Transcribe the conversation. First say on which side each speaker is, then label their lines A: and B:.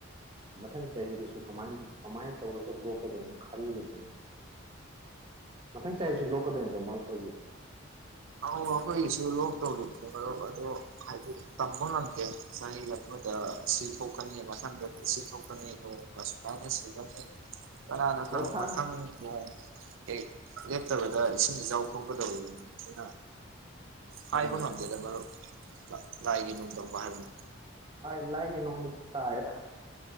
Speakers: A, on the right (about 25°); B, on the right (about 70°).
A: ꯃꯊꯪ ꯆꯍꯤꯗꯁꯨ ꯀꯃꯥꯢ ꯀꯃꯥꯢ ꯇꯧꯔꯒ ꯂꯣꯛꯀꯗꯨꯢꯅꯣ ꯈꯜꯂꯤꯕꯅꯤ ꯃꯊꯪ ꯆꯍꯤꯁꯨ ꯂꯣꯛꯀꯗꯨꯢ ꯅꯠꯇ꯭ꯔ ꯃꯔꯨꯞꯈꯣꯢꯒꯤ
B: ꯍꯣ ꯑꯩꯈꯣꯢꯒꯤꯁꯨ ꯂꯣꯛꯇꯧꯔꯤꯅꯤ ꯃꯔꯨꯞ ꯑꯗꯣ ꯍꯥꯢꯐꯦꯠ ꯇꯝꯕ ꯉꯝꯗꯦ ꯆꯍꯤ ꯑꯃꯗ ꯁꯤ ꯊꯣꯛꯀꯅꯤ ꯃꯊꯪꯗꯗꯤ ꯁꯤ ꯊꯣꯛꯀꯅꯤ ꯅꯣꯡꯅ ꯁꯨꯃꯥꯢꯅ ꯆꯨꯒꯅꯤ ꯀꯅꯥꯅ ꯈꯪꯕ
A: ꯂꯧꯁꯥꯟ
B: ꯃꯊꯪ ꯅꯣꯡ ꯀꯩ ꯂꯦꯞꯇꯕꯗ ꯏꯁꯤꯡ ꯏꯆꯥꯎ ꯊꯣꯛꯀꯗꯧꯔꯤꯅꯤ ꯑꯗꯨꯅ ꯍꯥꯢꯕ
A: ꯃꯥꯅꯦ
B: ꯉꯝꯗꯦꯗ
A: ꯃꯥꯅꯦ
B: ꯃꯔꯨꯞ ꯂ ꯂꯥꯢꯒꯤ ꯅꯣꯡꯗꯝꯕ ꯍꯥꯏꯕꯗꯨꯅꯤ
A: ꯂꯥꯢꯒꯤ ꯅꯣꯡꯗꯝꯗ ꯇꯥꯔꯦꯗ